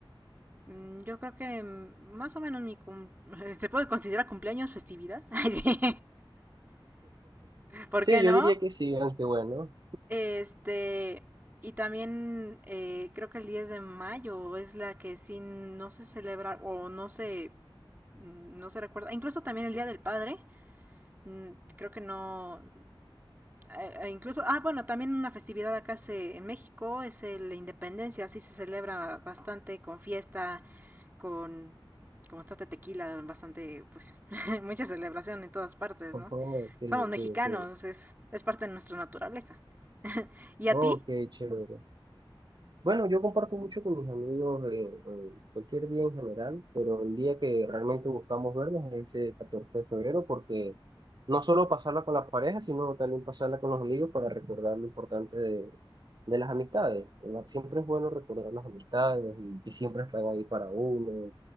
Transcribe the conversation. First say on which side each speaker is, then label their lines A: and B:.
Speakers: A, on the right; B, on the right.
A: mm, Yo creo que mm, más o menos mi... cum- <laughs> ¿Se puede considerar cumpleaños festividad? <laughs> Ay, sí. <laughs> ¿Por
B: Sí,
A: qué no?
B: yo diría que sí, aunque bueno.
A: Este, y también eh, creo que el 10 de mayo es la que sí no se celebra o no se, mm, no se recuerda. Incluso también el Día del Padre, mm, creo que no, eh, eh, incluso, ah, bueno, también una festividad acá se, en México es el- la independencia, sí se celebra bastante con fiesta, con, como está de tequila, bastante, pues, <laughs> mucha celebración en todas partes,
B: Ojo,
A: ¿no?
B: ok,
A: Somos mexicanos,
B: ok, ok.
A: es, es parte de nuestra naturaleza. ¿Y a
B: Ok,
A: ti?
B: chévere. Bueno, yo comparto mucho con mis amigos eh, eh, cualquier día en general, pero el día que realmente buscamos vernos es ese 14 de febrero, porque no solo pasarla con la pareja, sino también pasarla con los amigos para recordar lo importante de, de las amistades. ¿verdad? Siempre es bueno recordar las amistades y que siempre están ahí para uno.